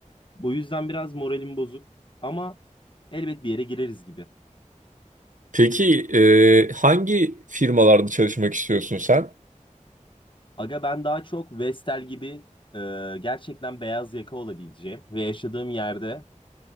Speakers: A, on the left; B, on the right.
A: Bu yüzden biraz moralim bozuk. Ama elbet bir yere gireriz gibi.
B: Peki e, hangi firmalarda çalışmak istiyorsun sen?
A: Aga ben daha çok Vestel gibi e, gerçekten beyaz yaka olabileceğim ve yaşadığım yerde